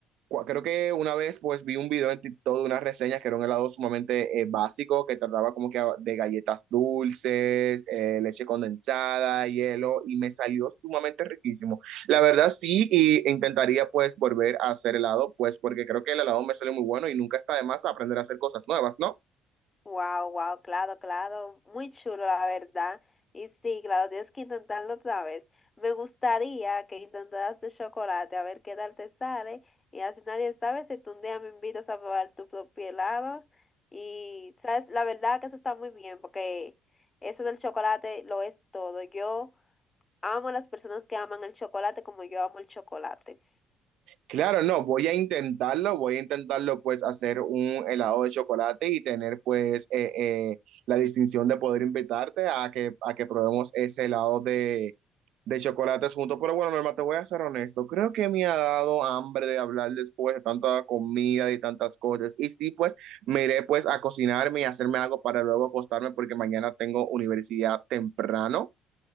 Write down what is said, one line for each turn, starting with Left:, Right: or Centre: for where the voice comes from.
Right: cua- Creo que una vez pues vi un video en TikTok de unas reseñas que era un helado sumamente eh, básico que trataba como que a- de galletas dulces, eh, leche condensada, hielo y me salió sumamente riquísimo. La verdad sí y intentaría pues volver a hacer helado pues porque creo que el helado me sale muy bueno y nunca está de más aprender a hacer cosas nuevas, ¿no?
Left: Wow, wow, claro, claro. Muy chulo, la verdad. Y sí, claro, tienes que intentarlo otra vez. Me gustaría que intentaras de chocolate, a ver qué tal te sale. Y así nadie sabe si tú un día me invitas a probar tu propio helado. Y, ¿sabes? La verdad que eso está muy bien, porque eso del chocolate lo es todo. Yo Amo a las personas que aman el chocolate como yo amo el chocolate.
Right: Claro, no, voy a intentarlo, voy a intentarlo pues hacer un helado de chocolate y tener pues eh, eh, la distinción de poder invitarte a que, a que probemos ese helado de, de chocolates juntos. Pero bueno, mi hermano, te voy a ser honesto, creo que me ha dado hambre de hablar después de tanta comida y tantas cosas. Y sí, pues me iré pues a cocinarme y hacerme algo para luego acostarme porque mañana tengo universidad temprano